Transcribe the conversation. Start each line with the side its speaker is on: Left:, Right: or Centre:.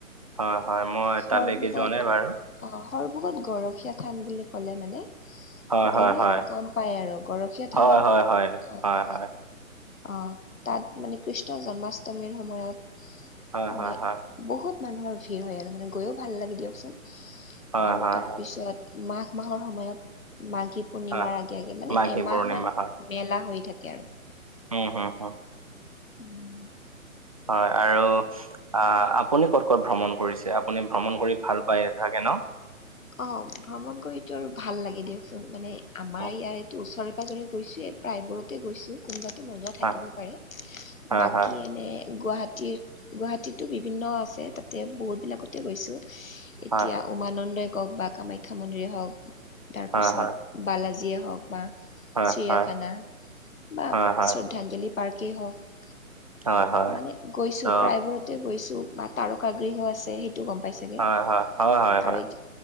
Right: হয়, হয় মই
Left: সৰভোগত
Right: তালৈকে যোৱা নাই বাৰু।
Left: অ', সৰভোগত গৰখীয়া থান বুলি কলে মানে সকলোৱে
Right: হয় হয় হয়
Left: গম পায় আৰু, গৰখীয়া থানত
Right: হয় হয় হয়
Left: অ'।
Right: হয় হয়
Left: অ', তাত মানে কৃষ্ণ জন্মাষ্টমীৰ সময়ত
Right: হয়
Left: মানে
Right: হয় হয়
Left: বহুত মানুহৰ ভিৰ হয়, আৰু মানে গৈও ভাল লাগে দিয়কচোন
Right: হয় হয়
Left: আৰু
Right: হয়
Left: তাৰপিছত
Right: হয়
Left: মাঘ মাহৰ সময়ত, মাঘী পূৰ্ণিমাৰ
Right: হয়
Left: আগে, আগে মানে
Right: মাঘী
Left: এমাহ
Right: পূৰ্ণিমা
Left: মান
Right: হয়,
Left: মেলা হৈ থাকে আৰু।
Right: উম <unintelligible>
Left: <inaudible>
Right: হয়, আৰু আ, আপুনি ক'ত, ক'ত ভ্ৰমণ কৰিছে? আপুনি ভ্ৰমণ কৰি ভাল পাই চাগে ন?
Left: অ', ভ্ৰমণ কৰিতো আৰু ভাল লাগে দিয়কচোন, মানে আমাৰ
Right: উম,
Left: ইয়াৰ এইটো ওচৰ পাজৰে গৈছো এ প্ৰায়বোৰতে গৈছো। কোনোবাটো নোযোৱা থাকিব
Right: হয়,
Left: পাৰে,
Right: হয়,
Left: বাকী
Right: হয়,
Left: এনে গুৱাহাটীত গুৱাহাটীতো বিভিন্ন আছে, তাতে বহুত বিলাকতে গৈছোঁ, এতিয়া
Right: হয়,
Left: উমানন্দই কওক বা কামাখ্যা মন্দিৰেই হওক, তাৰপিছত
Right: হয়, হয়,
Left: বালাজীয়ে হওক বা
Right: হয়,
Left: চিৰিয়াখানা,
Right: হয়,
Left: বা
Right: হয়, হয়,
Left: শ্ৰদ্ধাঞ্জলি পাৰ্কেই হওক
Right: হয়, হয়,
Left: মানে গৈছো
Right: ত'
Left: প্ৰায়বোৰতে গৈছো, বা তাৰকা গৃহ আছে সেই টো গম পাই চাগে
Right: হয়, হয়, হয়, হয়, হয়,
Left: আৰু এইটো